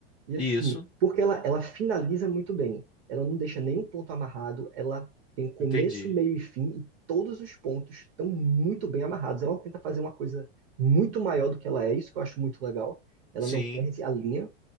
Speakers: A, on the right; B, on the left.
A: E assim,
B: isso,
A: porque ela, ela finaliza muito bem. Ela não deixa nenhum ponto amarrado, ela tem começo,
B: entendi.
A: meio e fim, e todos os pontos estão muito bem amarrados. Ela tenta fazer uma coisa muito maior do que ela é, isso que eu acho muito legal. Ela
B: Sim,
A: não perde a linha.